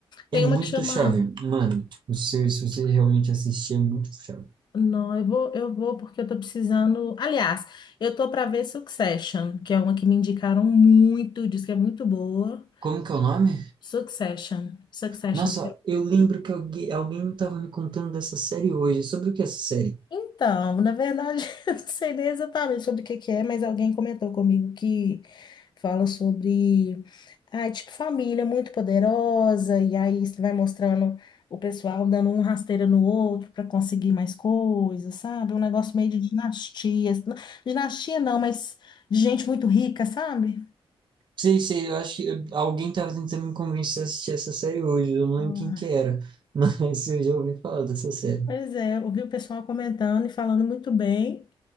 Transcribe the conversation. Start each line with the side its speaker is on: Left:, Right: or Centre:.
Right: É
Left: Tem
Right: muito
Left: uma que chama.
Right: chave, mano, tipo, se, se você realmente assistir, é muito chave.
Left: Não, eu vou, eu vou porque eu tô precisando. Aliás, eu tô para ver Succession, que é uma que me indicaram muito, diz que é muito boa.
Right: Como que é o nome?
Left: Succession, Succession.
Right: Nossa, eu lembro que alguém, alguém tava me contando dessa série hoje. Sobre o que é essa série?
Left: Então, na verdade, <laughs> eu não sei nem exatamente sobre o que que é, mas alguém comentou comigo que fala sobre, ah, é tipo, família muito poderosa, e aí isso vai mostrando o pessoal dando um rasteira no outro para conseguir mais coisas, sabe? Um negócio meio de dinastia. Dinastia não, mas de gente muito rica, sabe?
Right: Sei, sei, eu acho que eu- alguém tava tentando me convencer a assistir essa série hoje, eu não lembro
Left: Ah,
Right: quem que era, mas <laughs> eu já ouvi falar dessa série.
Left: Pois é, eu vi o pessoal comentando e falando muito bem,